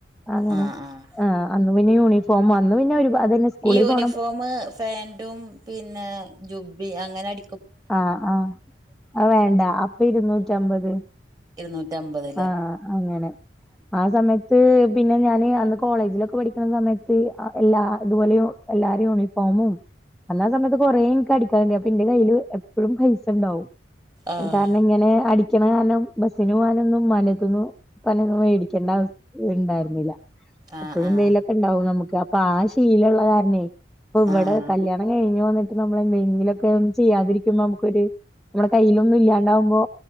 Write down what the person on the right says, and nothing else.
ആഹ് ആഹ്
ഈ യൂണിഫോമ
പാന്റും പിന്നെ ജുബ്ബി അങ്ങനെ അട
ഇരുന്നൂറ്റാമ്പത്
ആഹ്
ആഹ്
ആഹ്
ആഹ്